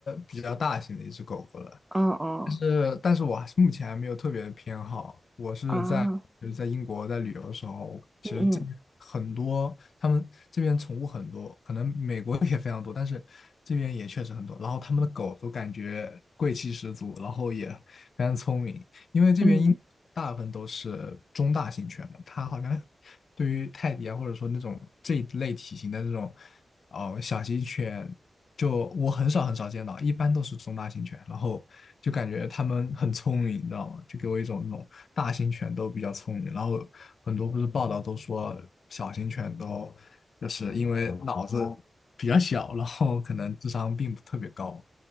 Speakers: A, on the left; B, on the right.
A: 比较大型的一只狗狗了，
B: 嗯嗯
A: 但是，但是我还是目前还没有特别的偏好。我是在就是在英国在旅游的时候，
B: 啊，
A: 其实这边很多，
B: 嗯嗯
A: 他们这边宠物很多，可能美国也非常多，但是这边也确实很多。然后他们的狗都感觉贵气十足，然后也非常聪明，因为这边英国大部分都是中大型犬嘛，
B: 嗯。
A: 它好像对于泰迪啊，或者说那种这一类体型的这种哦小型犬，就我很少很少见到，一般都是中大型犬，然后就感觉它们很聪明，你知道吗？就给我一种那种大型犬都比较聪明，然后很多不是报道都说小型犬都就是因为脑子比较小，然后可能智商并不特别高，